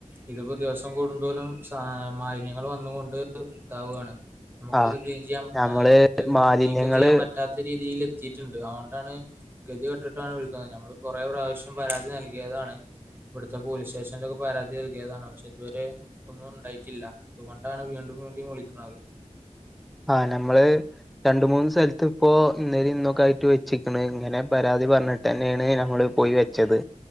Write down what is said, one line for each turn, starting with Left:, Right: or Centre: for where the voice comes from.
Right: ഇതിപ്പോ ദിവസം കൂടുന്തോലും സ മാലിന്യങ്ങള് വന്ന് കൊണ്ട് ഇതാവാണ് നമുക്കത്
Centre: ആഹ്
Right: ക്ലീൻ ചെയ്യാം
Centre: ഞമ്മള്
Right: ഏഹ് ഇത്
Centre: മാലിന്യങ്ങള്
Right: നീക്കം ചെയ്യാൻ പറ്റ റ്റാത്ത രീതില് എത്തിയിട്ടുണ്ട് അതുകൊണ്ടാണ് ഗതി കെട്ടിട്ടാണ് വിളിക്കുന്നത് ഞമ്മള് കൊറെ പ്രാവശ്യം പരാതി നൽകിയതാ താണ് ഇവിടുത്തെ പോലീസ് സ്റ്റേഷനിലൊക്കെ പരാതി നൽകിയതാണ് പക്ഷെ ഇതുവരെ ഒന്നും ഉണ്ടായിട്ടില്ല അതുകൊണ്ടാണ് വീണ്ടും വേണ്ടിയും വിളിക്കണത്
Centre: ആഹ ഞമ്മള് രണ്ട് മൂന്ന് സ്ഥലത്ത് ഇപ്പോ ഇന്നേലും ഇന്നൊക്കെ ആയിട്ട് വെച്ചിക്കണ് ഇങ്ങനെ പരാതി പറഞ്ഞിട്ട് തന്നെയാണ് ഞമ്മള് പോയി വെച്ചത്